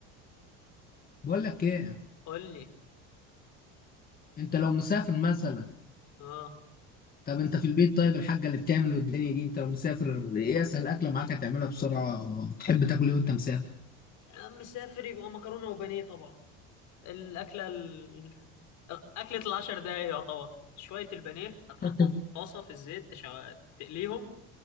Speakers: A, on the left; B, on the left.
A: بقول لك ايه
B: قول لي
A: انت لو مسافر مثلا
B: اه
A: طب انت في البيت طيب الحاجه اللي بتعمله الدنيا دي انت لو مسافر ايه اسهل اكله معاك هتعملها بسرعه تحب تاكل ايه وانت مسافر
B: يا عم مسافر يبقى مكرونه وبانيه طبعا الاكله ال... اكله العشر دقايق يعتبر شويه البانيه هتحطهم
A: <laughs>
B: في الطاسه في الزيت تشع... تقليهم